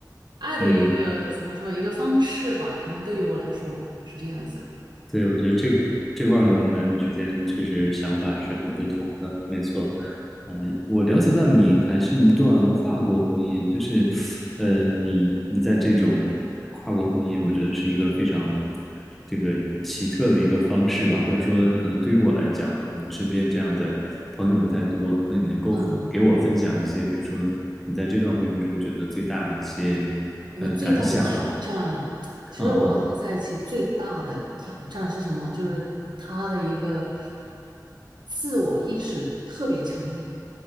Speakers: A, on the right; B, in the centre.
A: 爱的一个怎么说一个方式吧？
B: 嗯，
A: 可能对于我来说是这样子。
B: 对，我觉得这这块儿可能男女之间确实想法是很不同的，没错。啊、我了解到你还是一段跨国婚姻，就是，呃，你你在这种跨国婚姻，我觉得是一个非常这个奇特的一个方式吧，或者说，可能对于我来讲，可能身边这样的朋友不太多。那你能够给我分享一些，
A: 嗯，
B: 比如说你在这段婚姻中觉得最大的一些呃感想吗？
A: 我最大的挑战，其实我和他在一起最大的挑战是什么？
B: 啊啊，
A: 就是他的一个自我意识特别强烈。